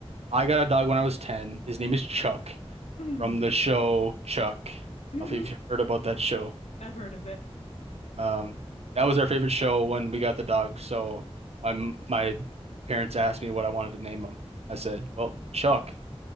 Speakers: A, on the right; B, on the left.
A: I got a dog when I was 10. His name is Chuck
B: Hmm.
A: from the show Chuck. I
B: hmm
A: don't know if you've heard about that show.
B: I've heard of it.
A: Um, that was our favorite show when we got the dog. So my my parents asked me what I wanted to name him. I said, "Well, Chuck,"